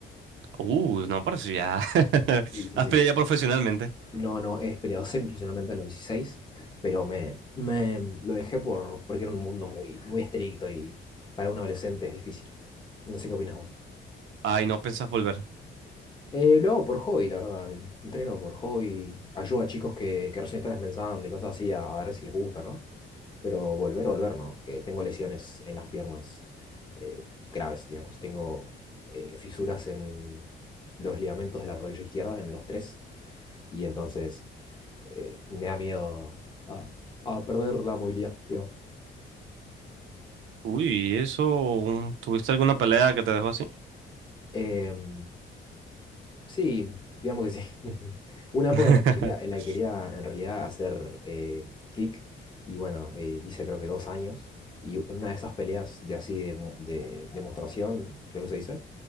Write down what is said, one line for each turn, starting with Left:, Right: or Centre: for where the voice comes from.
Right: Uh, no, parece ya. <laughs>
Left: Sí, sí,
Right: Has
Left: sí.
Right: peleado ya profesionalmente.
Left: No, no, he peleado semiprofesionalmente a los 16 pero me, me lo dejé por, porque era un mundo muy, muy estricto y para un adolescente es difícil. No sé qué opinas vos.
Right: Ay, no pensás volver.
Left: Eh, lo hago por hobby, la verdad. Entreno por hobby. Ayudo a chicos que, que recién están empezando y cosas así a, a ver si les gusta, ¿no? Pero volver, volver, ¿no? Que tengo lesiones en las piernas eh, graves, digamos. Tengo eh, fisuras en los ligamentos de la rodilla izquierda, en los tres. Y entonces eh, me da miedo a, a perder la movilidad, digamos.
Right: Uy, eso. ¿Tuviste alguna pelea que te dejó así?
Left: Em, Sí, digamos que sí. <laughs> Una época
Right: <laughs>
Left: en la que quería, en la que quería en realidad hacer eh, kick y bueno, eh, hice creo que dos años y una de esas peleas de así de, mu- de demostración, creo que se dice,